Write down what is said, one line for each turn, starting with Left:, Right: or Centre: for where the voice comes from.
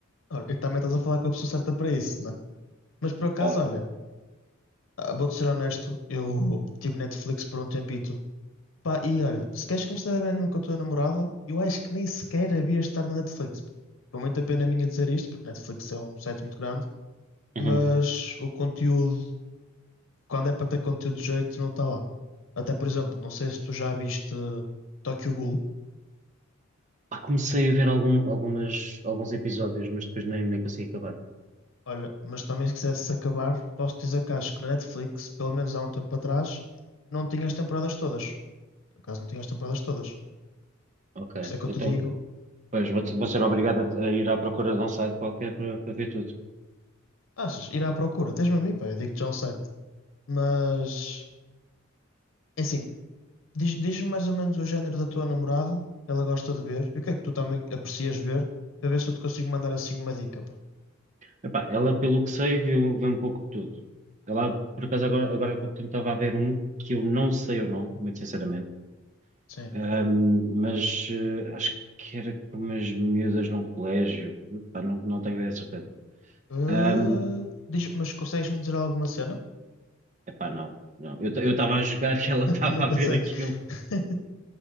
Left: olha, e também estás a falar com a pessoa certa para isso, né? Mas por acaso,
Right: Ora,
Left: olha, ah, vou-te ser honesto, eu tive Netflix por um tempito Pá, e olha, se queres começar a ver anime com a tua namorada, eu acho que nem sequer havia de estar na Netflix. pá. Com muita pena minha dizer isto, porque Netflix é um site muito grande,
Right: Uhum.
Left: mas o conteúdo, quando é para ter conteúdo de jeito, não está lá. Até, por exemplo, não sei se tu já viste Tokyo Ghoul,
Right: Ah, comecei a ver algum- algumas, alguns episódios, mas depois nem, nem consegui acabar.
Left: olha, mas também se quisesse acabar, posso dizer que acho que na Netflix, pelo menos há um tempo atrás, não tinha as temporadas todas. Por acaso não tinha as temporadas todas. Por
Right: Ok,
Left: isso é que
Right: então
Left: eu te digo,
Right: pois, vou, te- vou ser obrigado a, a ir à procura de um site qualquer para para ver tudo.
Left: achas, ir à procura, tens-me a mim, pá, eu digo-te já um site. Mas, é assim. Diz, diz-me mais ou menos o género da tua namorada, que ela gosta de ver, e o que é que tu também aprecias ver, para ver se eu te consigo mandar assim uma dica, pá.
Right: Epá, ela, pelo que sei, viu, vê um pouco de tudo. Ela, por acaso, agora, agora há pouco tempo estava a ver um que eu não sei o nome, muito sinceramente
Left: Sim.
Right: Ahm, mas eh, acho que era com umas miúdas num colégio. Epá, não, não tenho bem a certeza.
Left: Ah,
Right: Ahm,
Left: diz, mas consegues-me dizer alguma cena?
Right: epá, não, não. Eu estava a jogar e <laughs> ela estava
Left: <laughs> Não
Right: a
Left: consegues?
Right: ver aquilo.
Left: <laughs>